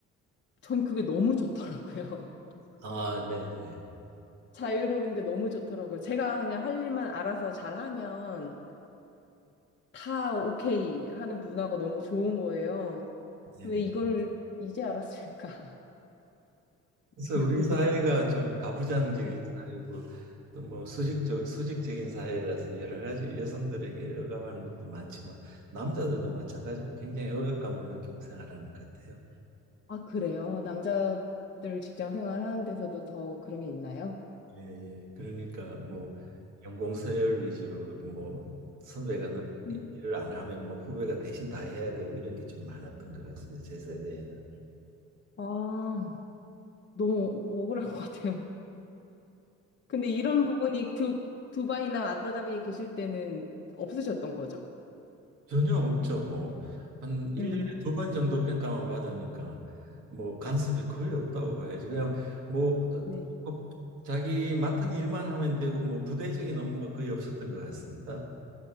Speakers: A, on the left (about 40°); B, on the right (about 80°).
A: 전 그게 너무 좋더라고요.
B: 아, 네, 네.
A: <laughs> 자유로운 게 너무 좋더라고요. 제가 그냥 할 일만 알아서 잘하면 다 오케이 하는 문화가 너무 좋은 거예요.
B: 네,
A: 왜
B: 네.
A: 이거를 이제 알았을까 <laughs>
B: 그래서
A: 생각도
B: 우리 사회가
A: 들어요.
B: 좀 가부장적인
A: 네.
B: 사회고 또 뭐 수직적 수직적인 사회라서 여러 가지 여성들에게 억압하는 것도 많지만 남자들도 마찬가지로 굉장히 억압감을 느끼고 생활하는 것 같아요.
A: 아, 그래요? 남자들 직장 생활하는 데서도 더 그런 게 있나요?
B: 예, 예. 그러니까 뭐 연공서열 위주로 뭐 선배가 너-
A: 음.
B: 이- 일을 안 하면 뭐 후배가 대신 다 해야 되고 이런 게 좀 많았던 것 같습니다. 제 세대에는.
A: 아, 너무 억울할 것 같아요. 근데 이런 부분이 두, 두바이나 아부다비에 계실 때는 없으셨던 거죠?
B: 전혀 없죠. 뭐 한 일년에
A: 음,
B: 두 번 정도 평가만 받으니까 뭐 간섭이 거의 없다고 봐야지. 그냥 뭐
A: 네.
B: 어, 어, 자기 맡은 일만 하면 되고 뭐 부대적인 업무가 거의 없었던 것 같습니다.